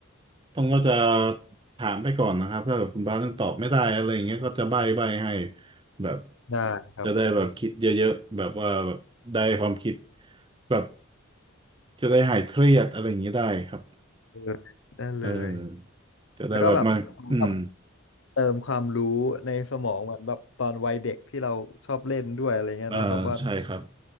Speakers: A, on the right (about 25°); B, on the left (about 65°).
A: ต้องก็จะถามไปก่อนนะครับถ้าแบบคุณบาสยังตอบไม่ได้อะไรอย่างเงี้ยก็จะใบ้ใบ้ให้แบบ
B: ได้ครับ
A: จะได้แบบคิดเยอะๆแบบว่าแบบได้ความคิดแบบจะได้หายเครียดอะไรอย่างเงี้ยได้ครับ
B: เลยได้เลย
A: เออจะได้แบบมาอืม
B: แล้วก็แบบแบบเติมความรู้ในสมองเหมือนแบบตอนวัยเด็กที่เราชอบเล่นด้วยอะไรเงี้ยเนาะแบบว่า
A: อ่าใช่ครับ